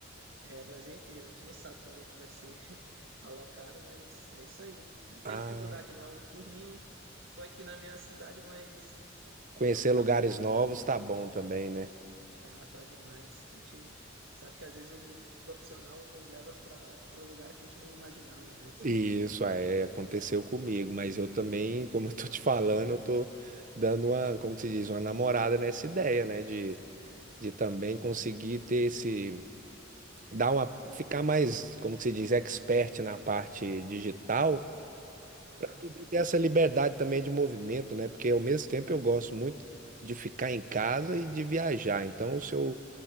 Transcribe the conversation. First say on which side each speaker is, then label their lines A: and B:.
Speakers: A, on the right; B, on the right.
A: É, Brasil inteiro, a gente não sabe para onde é que vai ser <laughs> alocado, mas é isso aí. Não tem
B: Ah.
A: dificuldade não. Por mim, tô aqui na minha cidade, mas
B: Conhecer
A: não tô muito
B: lugares
A: apegado
B: novos
A: não.
B: tá bom também, né?
A: Tá, tá demais. A gente sabe que às vezes o mundo profissional nos leva para para lugares que a gente não imaginava antes,
B: E
A: né?
B: isso é, aconteceu comigo, mas eu também, <laughs> como eu tô te falando, eu tô dando uma, como que se diz, uma namorada nessa ideia, né? De, de também conseguir ter esse, dar uma, ficar mais, como que se diz, expert na parte digital
A: Aham,
B: poder ter essa liberdade também de movimento, né? Porque ao mesmo tempo eu gosto muito de ficar em casa e de viajar. Então, se eu